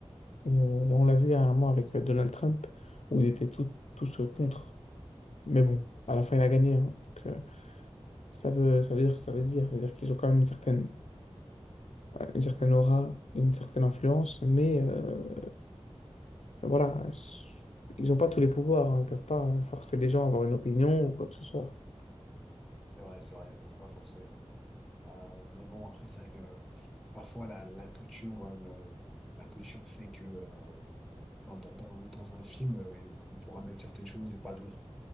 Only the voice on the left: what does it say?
Et, euh, on l'a vu dernièrement avec euh, Donald Trump, où ils étaient tout- tous euh, contre. Mais bon, à la fin, il a gagné. hein. Donc euh, ça veut, ça veut dire ce que ça veut dire. C'est-à-dire qu'ils ont quand même une certaine, une certaine aura, une certaine influence, mais euh, Voilà, ils n'ont pas tous les pouvoirs, hein. Ils ne peuvent pas euh, forcer des gens à avoir une opinion ou quoi que ce soit.